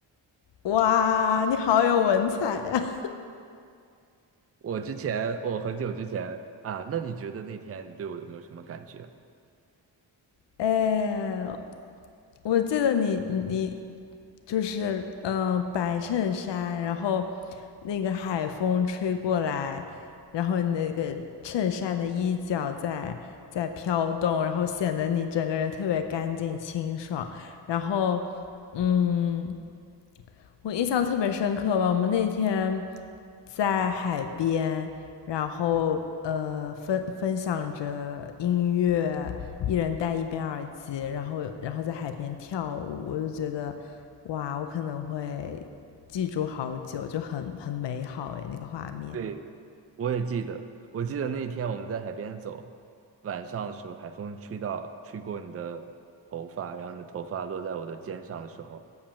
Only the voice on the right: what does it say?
我之前，我很久之前啊，那你觉得那天你对我有没有什么感觉？
对，我也记得，我记得那一天我们在海边走，晚上的时候，海风吹到，吹过你的头发，然后你的头发落在我的肩上的时候，